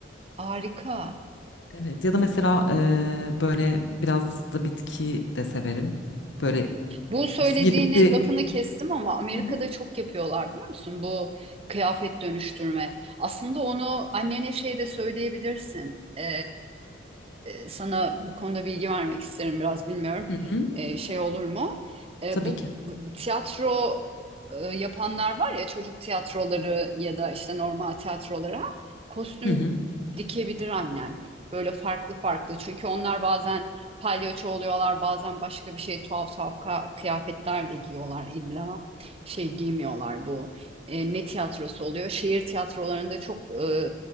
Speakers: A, on the right (about 30°); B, on the left (about 75°).
A: Harika.
B: Evet ya da mesela eee, böyle biraz da bitki de severim. Böyle
A: Bu söylediğini
B: gidip bir
A: lafını kestim ama Amerika'da
B: Hı hı.
A: çok yapıyorlar biliyor musun? Bu kıyafet dönüştürme. Aslında onu annene şey de söyleyebilirsin. Ee, e, sana bu konuda bilgi vermek isterim biraz bilmiyorum
B: Hı hı,
A: e, şey olur mu? E,
B: tabii
A: bu
B: ki.
A: tiyatro e, yapanlar var ya çocuk tiyatroları ya da işte normal tiyatrolara kostüm
B: Hı hı.
A: dikebilir annen. Böyle farklı farklı çünkü onlar bazen palyaço oluyorlar bazen başka bir şey tuhaf tuhaf ka- kıyafetler de giyiyorlar illa şey giymiyorlar bu e, ne tiyatrosu oluyor şehir tiyatrolarında çok e,